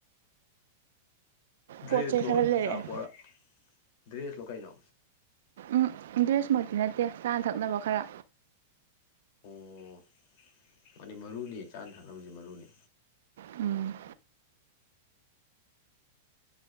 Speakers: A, on the left (about 55°); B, on the right (about 70°).
A: ꯗ꯭ꯔꯦꯁꯂꯣ
B: ꯄꯣꯠ ꯆꯩ ꯈꯔ ꯂꯩꯔꯛꯑꯦ
A: ꯑꯆꯥꯄꯣꯔ ꯗ꯭ꯔꯦꯁꯂꯣ ꯀꯩꯅꯣ
B: ꯎꯝ ꯗ꯭ꯔꯦꯁꯃꯛꯇꯤ ꯅꯠꯇꯦ ꯆꯥꯅ ꯊꯛꯅꯕ ꯈꯔ
A: ꯑꯣ ꯃꯥꯗꯤ ꯃꯔꯨꯅꯤ ꯆꯥꯅ ꯊꯛꯅꯕꯁꯦ ꯃꯔꯨꯅꯤ
B: ꯎꯝ꯫